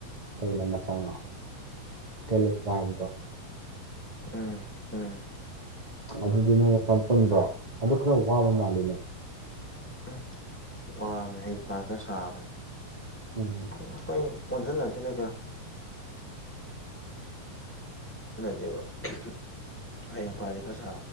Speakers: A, on the right (about 15°); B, in the centre.
A: ꯀꯩ ꯂꯝ ꯃꯆꯥꯥꯟꯅꯣ ꯀꯦꯜꯤꯞ ꯍꯥꯏꯕꯗꯣ
B: ꯎꯝ ꯎꯝ
A: ꯑꯗꯨꯗꯤ ꯅꯣꯏ ꯃꯐꯝ ꯄꯨꯟꯕ꯭ꯔꯣ ꯑꯗꯨ ꯈꯔ ꯋꯥꯕ ꯃꯥꯜꯂꯤꯅꯦ
B: ꯎꯝ ꯋꯥꯔꯦ ꯍꯧꯄ ꯈ꯭ꯔ ꯁꯥꯕꯅꯦ
A: ꯎꯝ
B: ꯑꯩꯈꯣꯏ ꯍ ꯅ ꯇꯅ ꯀꯣ <unintelligible> ꯑꯩ ꯍꯩꯄ ꯗꯤ ꯈ꯭ꯔ ꯁꯥ